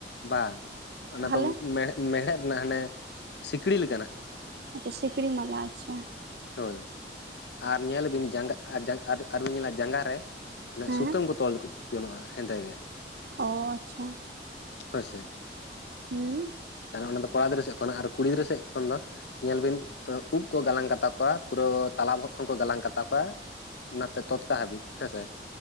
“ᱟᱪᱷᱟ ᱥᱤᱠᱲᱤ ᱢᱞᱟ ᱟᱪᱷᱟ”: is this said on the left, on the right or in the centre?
Right